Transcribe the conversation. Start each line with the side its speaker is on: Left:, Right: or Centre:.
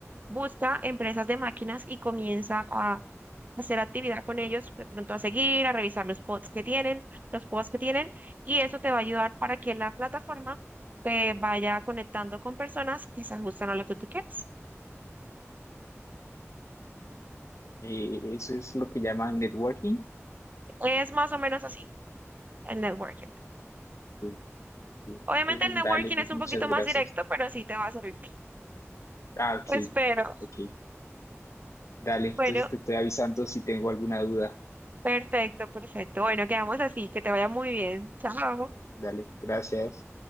Right: Busca empresas de máquinas y comienza a hacer actividad con ellos, de pronto a seguir, a revisar los pods que tienen, los pods que tienen, y eso te va a ayudar para que la plataforma te vaya conectando con personas que se ajustan a lo que tú quieres.
Left: Eh, eso es lo que llaman networking.
Right: Es más o menos así el networking.
Left: Ok, ok.
Right: Obviamente
Left: Entonces,
Right: el networking
Left: dale, Luz,
Right: es un
Left: muchas
Right: poquito
Left: gracias.
Right: más directo, pero sí te va a servir.
Left: Ah, ok,
Right: <laughs> Espero.
Left: ok, dale.
Right: Bueno,
Left: Entonces te estoy avisando si tengo alguna duda.
Right: perfecto, perfecto. Bueno, quedamos así. Que te vaya muy bien. Chao.
Left: Dale, gracias.